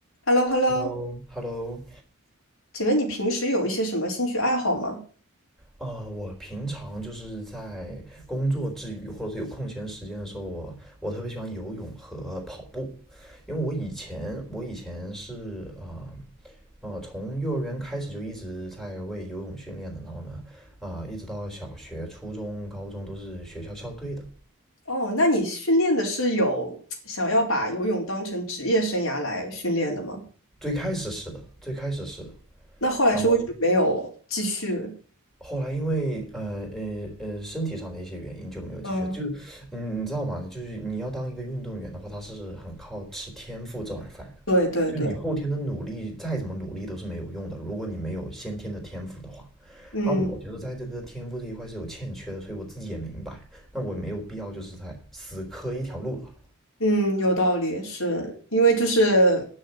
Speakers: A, on the left (about 70°); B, in the centre.
A: h e l l o h e l l
B: Hello，Hello，
A: o 请问你平时有一些什么兴趣爱好吗？
B: 呃，我平常就是在工作之余，或者是有空闲时间的时候，我我特别喜欢游泳和跑步，因为我以前我以前是啊呃，呃从幼儿园开始就一直在为游泳训练的，然后呢，啊、一直到小学、初中、高中都是学校校队的，
A: 哦，那你训练的是有想要把游泳当成职业生涯来训练的吗？
B: 最开始是的，最开始是的，
A: 那后来是为什么没有继续？
B: 然后后来因为呃呃呃身体上的一些原因就没有继续了就是嗯你知道吗？
A: 嗯，
B: 就是你要当一个运动员的话，他是很靠吃天赋这碗饭的，
A: 对对对，
B: 就是你后天的努力再怎么努力都是没有用的，如果你没有先天的天赋的话。
A: 嗯
B: 然后我觉得在这个天赋这一块是有欠缺的，所以我自己也明白，那我没有必要就是在死磕一条路了。
A: 嗯，有道理，是因为就是